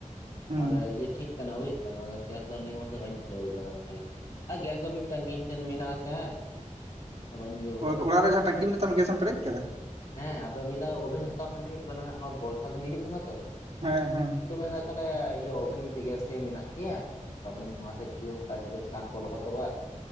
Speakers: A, on the right; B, on the left.
A: ᱦᱩᱸ
B: ᱟᱫᱚ ᱤᱭᱟᱹ ᱴᱷᱤᱠ᱾ ᱠᱟᱱᱟ ᱵᱩᱡᱽ ᱫᱟᱢ ᱟᱫᱚ ᱜᱮᱥ ᱫᱚ ᱱᱤᱭᱟᱹ ᱢᱟᱥ ᱫᱚ ᱵᱟᱧ ᱛᱩᱞᱟᱹᱣ ᱠᱟᱫᱟ ᱛᱟᱦᱞᱮ᱾ ᱟᱨ ᱜᱮᱥ ᱫᱚ ᱢᱤᱫ ᱴᱟᱝᱠᱤ ᱤᱧ ᱴᱷᱮᱱ ᱢᱮᱱᱟᱜ-ᱟ ᱥᱮ ᱦᱮᱸ᱾ ᱵᱟᱹᱧ ᱤᱭᱟᱹᱣ
A: ᱦᱳᱭ
B: ᱠᱟᱫᱟ
A: ᱚᱲᱟᱜ ᱨᱮ ᱡᱟᱦᱟᱸ ᱴᱟᱝᱠᱤ ᱢᱮᱱᱟᱜ ᱛᱟᱢᱟ ᱜᱮᱥᱮᱢ ᱯᱮᱨᱮᱡ ᱠᱟᱫᱟ?
B: ᱦᱮᱸ ᱟᱫᱚ ᱱᱤᱭᱟᱹ ᱫᱷᱟᱣ ᱳᱵᱷᱮᱱ ᱦᱟᱛᱟᱣ ᱢᱮᱱ ᱦᱩᱭᱩᱜ ᱠᱟᱱᱟ ᱦᱟᱸᱜ ᱱᱚᱣᱟ ᱵᱚᱨᱥᱟ ᱫᱤᱱ ᱦᱤᱡᱩᱜ ᱠᱟᱱᱟ ᱛᱚ᱾
A: ᱦᱮᱸ ᱦᱮᱸ
B: ᱤᱧ ᱠᱚ ᱢᱮᱱᱮᱫᱟ ᱛᱟᱦᱞᱮ ᱤᱭᱟᱹ ᱳᱵᱷᱮᱱ ᱢᱤᱫᱴᱤᱡ ᱜᱮᱥ ᱥᱮᱭ ᱢᱮᱱᱟᱜ ᱜᱮᱭᱟ᱾ ᱥᱟᱨᱟᱵᱚᱱᱤ ᱢᱟᱥ ᱨᱮ ᱡᱩᱫᱤ ᱚᱱᱠᱟ ᱡᱩᱫᱤ ᱥᱟᱦᱟᱱ ᱠᱚ ᱞᱚᱦᱚᱫᱚᱜᱼᱟ᱾